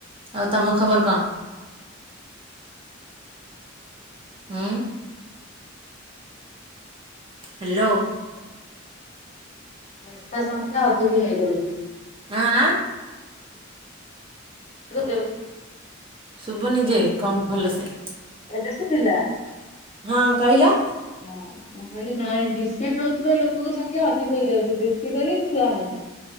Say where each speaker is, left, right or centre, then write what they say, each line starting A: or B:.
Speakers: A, on the right; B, on the left.
A: ଆଉ ତମ ଖବର କଣ? ହୁଁ। ହ୍ୟାଲୋ।
B: ରାସ୍ତା ସଂଖ୍ୟା ଅଧିକ ହେଇଯାଉଚି।
A: ଆଁ
B: <inaudible>
A: ଶୁଭୁନି ଯେ କମ୍ ଭଲସେ।
B: ଏବେ ଶୁଭିଲା।
A: ହଁ କହିଲ।
B: ହଁ ମୁଁ କହିଲି ନାଇଁ ନିଶା ଖାଉଥିବା ଲୋକଙ୍କ ସଂଖ୍ୟା ଅଧିକ ହେଇଯାଉଚି, ବେଶୀ କରି ଛୁଆମାନେ।